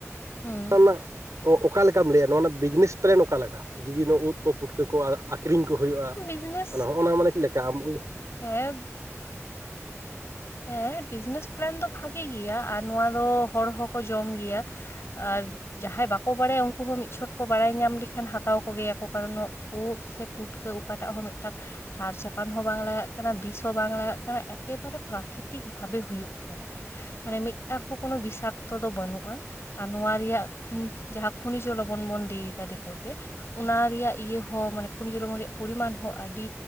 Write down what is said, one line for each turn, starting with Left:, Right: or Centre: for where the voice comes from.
Left: ᱦᱩᱸ
Right: ᱪᱟᱱᱟ <inaudible> ᱚ-ᱚᱠᱟ ᱞᱮᱠᱟᱢ ᱞᱟᱹᱭᱟ ᱱᱚᱣᱟ ᱵᱤᱡᱽᱱᱮᱥ ᱯᱞᱮᱱ ᱚᱠᱟ ᱞᱮᱠᱟ ᱡᱩᱫᱤ ᱱᱚᱣᱟ ᱩᱫ ᱠᱚ ᱯᱩᱴᱠᱟᱹ ᱠᱚ ᱟ-ᱟᱠᱷᱨᱤᱧ ᱠᱚ ᱦᱩᱭᱩᱜᱼᱟ
Left: ᱵᱤᱡᱽᱱᱮᱥ
Right: ᱾ ᱟᱞᱚ ᱦᱚᱸᱜ ᱱᱚᱣᱟ ᱢᱟᱱᱮ ᱪᱮ ᱞᱮᱠᱟ ᱟᱢ ᱩ
Left: ᱦᱮᱸ ᱦᱮᱸ ᱵᱤᱡᱽᱱᱮᱥ ᱯᱞᱮᱱ ᱫᱚ ᱵᱷᱟᱜᱤ ᱜᱮᱭᱟ ᱟᱨ ᱱᱚᱣᱟ ᱫᱚ ᱦᱚᱲ ᱦᱚᱸᱠᱚ ᱡᱚᱢ ᱜᱮᱭᱟ ᱾ ᱟ ᱡᱟᱦᱟᱸᱭ ᱵᱟᱠᱚ ᱵᱟᱲᱟᱭᱟ ᱩᱱᱠᱩ ᱦᱚᱸ ᱢᱤᱫ ᱪᱷᱚᱴ ᱠᱚ ᱵᱟᱲᱟᱭ ᱧᱟᱢ ᱞᱮᱠᱷᱟᱱ ᱦᱟᱛᱟᱣ ᱠᱚᱜᱮᱭᱟ ᱠᱚ ᱠᱟᱨᱚᱱ ᱳᱫ ᱥᱮ ᱯᱩᱴᱠᱟᱹ ᱚᱠᱟᱴᱟᱜ ᱦᱚᱸ ᱢᱤᱫᱴᱟ ᱥᱟᱨ ᱪᱟᱯᱟᱱ ᱦᱚᱸ ᱵᱟᱝ ᱞᱟᱜᱟᱜ ᱠᱟᱱᱟ ᱵᱤᱥ ᱦᱚᱸ ᱵᱟᱝ ᱞᱟᱜᱟᱜ ᱠᱟᱱᱟ ᱮᱠᱮᱵᱟᱨᱮ ᱯᱨᱟᱠᱤᱛᱤᱠ ᱵᱷᱟᱵᱮ ᱦᱩᱭᱩᱜ ᱠᱟᱱᱟ ᱢᱟᱱᱮ ᱢᱤᱫ ᱢᱤᱫᱴᱟᱝ ᱠᱚ ᱠᱳᱱᱚ ᱵᱤᱥᱟᱠᱛᱚ ᱫᱚ ᱵᱟᱹᱱᱩᱜᱼᱟ ᱟᱨ ᱱᱚᱣᱟ ᱨᱮᱭᱟᱜ ᱠᱷᱩᱱ ᱡᱟᱦᱟᱸ ᱯᱷᱩᱱᱤ ᱪᱚᱞᱚ ᱵᱚᱱ ᱵᱚᱱᱫᱤ ᱫᱟ ᱫᱤᱠ ᱚᱱᱟ ᱨᱮᱭᱟᱜ ᱤᱭᱟᱹ ᱦᱚᱸ ᱢᱟᱱᱮ ᱠᱩᱱᱤ ᱡᱚ ᱨᱮᱭᱟᱜ ᱯᱚᱨᱤᱢᱟᱱ ᱦᱚᱸ ᱟᱹᱰᱤ